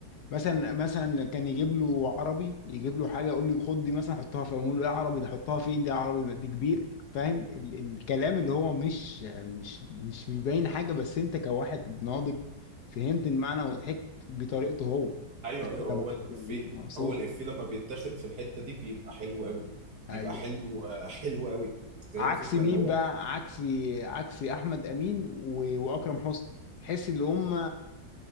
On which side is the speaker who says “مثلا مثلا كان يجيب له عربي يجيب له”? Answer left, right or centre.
Left